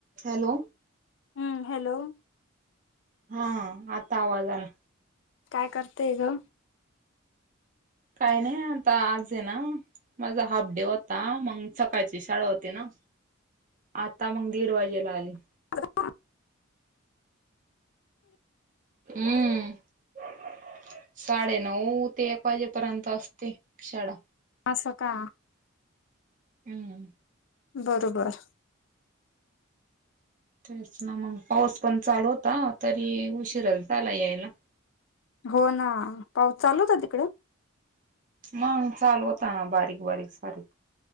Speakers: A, on the right; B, on the left.
A: Hello.
B: हम्म. Hello.
A: हा. आता आवाज आला.
B: काय, करतेय गं?
A: काय नाही आता. आजय ना माझा हाफ डे होता. मग, सकाळची शाळा होती ना. आता, मग दीड वाजेला आली.
B: <unintelligible>
A: अं. <inaudible> साडेनऊ ते एक वाजेपर्यंत असते, शाळा.
B: असं, का?
A: हम्म.
B: बरोबर
A: तेच ना मग पाऊस पण चालू होता तरी उशीराच झाला यायला
B: हो ना पाऊस चालूता तिकड
A: मग चाल होता ना बारीक बारीक सारी